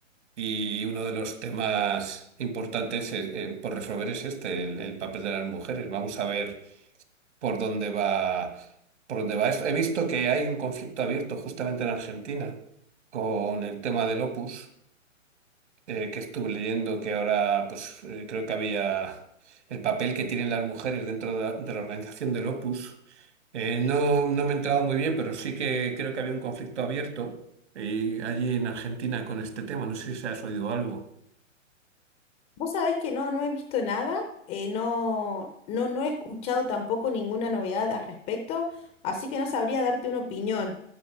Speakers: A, on the right; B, on the left.
A: y uno de los temas importantes eh, eh, por resolver es este, el el papel de las mujeres. Vamos a ver por dónde va, por dónde va esto. He visto que hay un conflicto abierto justamente en Argentina con el tema del Opus, eh, que estuve leyendo que ahora, pues eh, creo que había el papel que tienen las mujeres dentro de la, de la organización del Opus. Eh, no, no me he entrado muy bien, pero sí que creo que había un conflicto abierto eh, allí en Argentina con este tema. No sé si has oído algo.
B: Vos sabés que no, no he visto nada, eh, no, no, no he escuchado tampoco ninguna novedad al respecto, así que no sabría darte una opinión,